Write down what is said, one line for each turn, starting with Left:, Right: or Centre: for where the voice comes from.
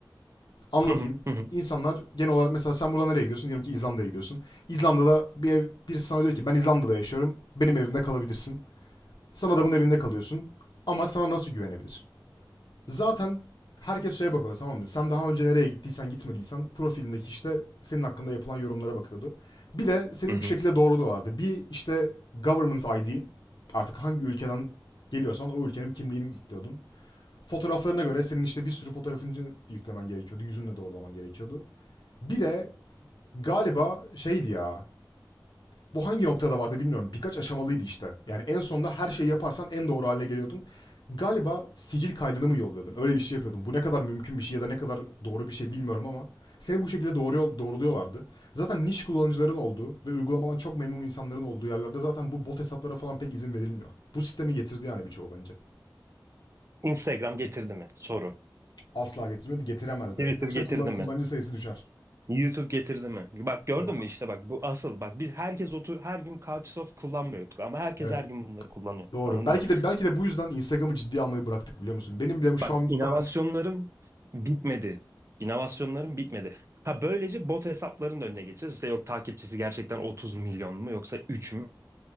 Left: anlatayım.
Right: Hı hı. Hı hı.
Left: İnsanlar genel olarak mesela sen buradan nereye gidiyorsun? Diyelim ki İzlanda'ya gidiyorsun. İzlanda'da bir ev, birisi sana diyor ki ben İzlanda'da yaşıyorum. Benim evimde kalabilirsin. Sen adamın evinde kalıyorsun. Ama sana nasıl güvenebilir? Zaten herkes şeye bakıyor tamam mı? Sen daha önce nereye gittiysen gitmediysen profilindeki işte senin hakkında yapılan yorumlara bakıyordu. Bir de seni
Right: Hı
Left: üç
Right: hı.
Left: şekilde doğruluyorlardı. Bir işte government ID artık hangi ülkeden geliyorsan o ülkenin kimliğini yüklüyordun. Fotoğraflarına göre senin işte bir sürü fotoğrafını yüklemen gerekiyordu. Yüzünle doğrulaman gerekiyordu. Bir de galiba şeydi ya bu hangi noktada vardı bilmiyorum. Birkaç aşamalıydı işte. Yani en sonunda her şeyi yaparsan en doğru hale geliyordun. Galiba sicil kaydını mı yolluyordun? Öyle bir şey yapıyordun. Bu ne kadar mümkün bir şey ya da ne kadar doğru bir şey bilmiyorum ama seni bu şekilde doğru doğruluyorlardı. Zaten niş kullanıcıların olduğu ve uygulamadan çok memnun insanların olduğu yerlerde zaten bu bot hesaplara falan pek izin verilmiyor. Bu sistemi getirdi yani birçoğu bence.
Right: Instagram getirdi mi? Soru.
Left: Asla getirmedi, getiremez
Right: Twitter
Left: de. Yoksa
Right: getirdi
Left: kullan- kullanıcı
Right: mi?
Left: sayısı düşer.
Right: YouTube getirdi mi? Bak gördün
Left: Yok.
Right: mü işte bak bu asıl bak biz herkes otur her gün Couchsurf kullanmıyorduk ama herkes
Left: Evet.
Right: her gün bunları kullanıyor.
Left: Doğru.
Right: Anladın
Left: Belki
Right: mı?
Left: de belki de bu yüzden Instagram'ı ciddi almayı bıraktık biliyor musun? Benim bile şu
Right: Bak
Left: an
Right: inovasyonlarım
Left: bir tane
Right: bitmedi. İnovasyonlarım bitmedi. Ha böylece bot hesapların da önüne geçeceğiz. İşte yok takipçisi gerçekten 30 milyon mu yoksa 3 mü?